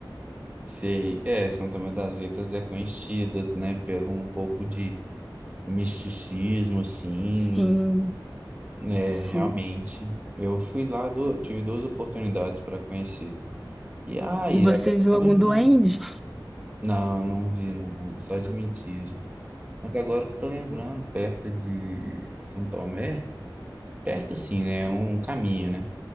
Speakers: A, on the right; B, in the centre.
A: Sei. É, São Tomé das Letras é conhecidas, né, pelo um pouco de misticismo, assim,
B: Sim,
A: É,
B: sim.
A: realmente. Eu fui lá, do tive duas oportunidades para conhecer. E ai,
B: E você
A: agora que
B: viu
A: eu tô
B: algum
A: lembrando.
B: duende?
A: Não, não vi, não. Só de mentira. Mas agora que eu tô lembrando, perto de São Tomé, perto assim, né? é Um caminho, né?